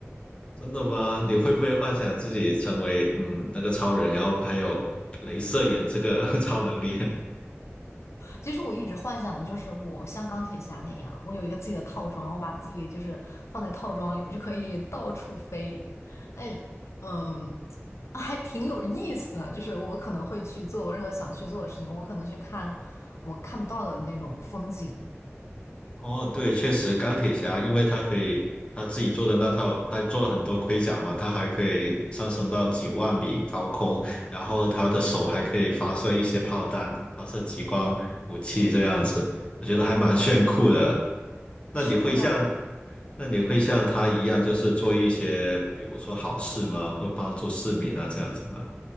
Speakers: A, on the left; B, on the left.
A: 真的吗？你会不会幻想自己成为嗯那个超人，
B: 对，
A: 然后还有镭射眼这个 <laughs> 超能力？
B: 其实我一直幻想的就是我像钢铁侠那样，我有一个自己的套装，我把自己就是放在套装里，我就可以到处飞。哎，嗯，还挺有意思的，就是我可能会去做我任何想去做的事情，我可能去看我看不到的那种风景。
A: 哦，对，确实，钢铁侠，因为他可以他自己做的那套，他做了很多盔甲嘛，他还可以上升到几万米高空，然后他的手还可以发射一些炮弹，发射激光武器这样子，我觉得还蛮炫酷的。那你会像
B: 是的。
A: 那你会像他一样，就是做一些比如说好事吗？会帮助市民啊这样子吗？